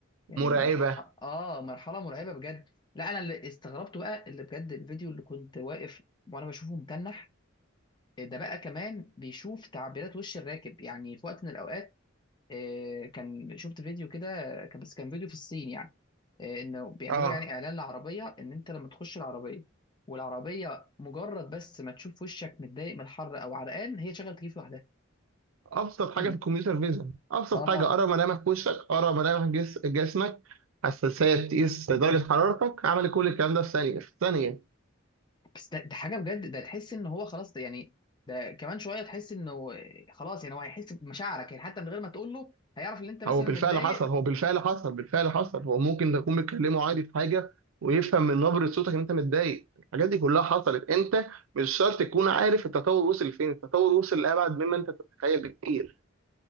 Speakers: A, on the left; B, on the right.
A: يعني
B: مرعبه
A: مر- مرحلة اه مرحلة مرعبة بجد لا انا اللي استغربته بقى اللي بجد الفيديو اللي كنت واقف وانا بشوفه متنح ده بقى كمان بيشوف تعبيرات وش الراكب يعني في وقت من الاوقات آه، كان شفت فيديو كده كان- بس كان فيديو في الصين يعني آه، انه بيعملوا
B: اه
A: يعني اعلان لعربيه ان انت لما تخش العربيه والعربيه مجرد بس ما تشوف وشك متضايق من الحر او عرقان هي شغل تكييف لوحدها
B: ابسط
A: إن-
B: حاجه في الكمبيوتر فيجن ابسط
A: اه
B: حاجه ارى ملامح وشك ارى ملامح جس... جسمك حساسيه تقيس درجه حرارتك عمل كل الكلام ده في ثانيه في ثانيه
A: بس ده, ده حاجه بجد ده تحس ان هو خلاص ده يعني ده كمان شويه تحس انه آه، خلاص يعني هو هيحس بمشاعرك يعني حتى من غير ما تقول له هيعرف ان انت مثلا
B: هو بالفعل
A: متضايق
B: حصل هو بالفعل حصل بالفعل حصل هو ممكن تكون بتكلمه عادي في حاجه ويفهم من نبره صوتك ان انت متضايق الحاجات دي كلها حصلت انت مش شرط تكون عارف التطور وصل لفين التطور وصل لابعد مما انت تتخيل بكتير